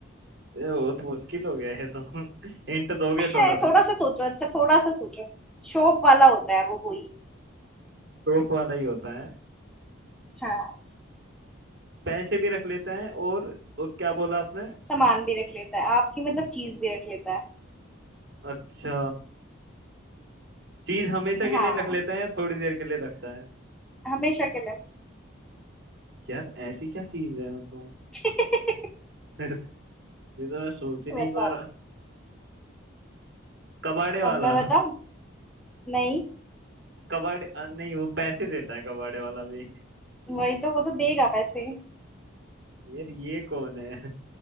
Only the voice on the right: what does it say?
ये बहुत मुश्किल हो गया है तो <laughs> हिंट दोगे थोड़ा
सा
रोप वाला ही होता है
पैसे भी रख लेते हैं और, और क्या बोला आपने
अच्छा चीज हमेशा के
लिए रख लेते हैं या थोड़ी देर के लिए रखता है
यार ऐसी क्या चीज है तो
<laughs> ये तो मैं सोच ही
नहीं पा रहा कबाड़े वाला
कबाड़े अ, नहीं वो पैसे देता है कबाड़े वाला भी
यार ये कौन है